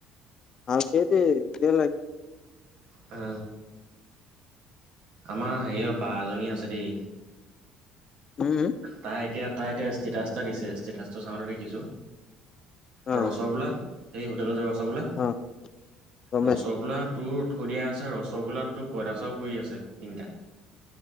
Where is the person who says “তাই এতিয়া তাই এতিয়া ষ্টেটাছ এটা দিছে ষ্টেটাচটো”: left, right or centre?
Right